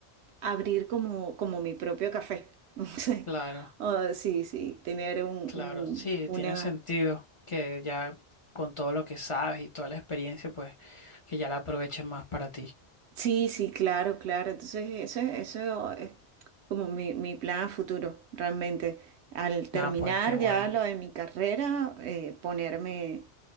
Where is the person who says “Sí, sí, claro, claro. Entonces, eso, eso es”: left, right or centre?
Right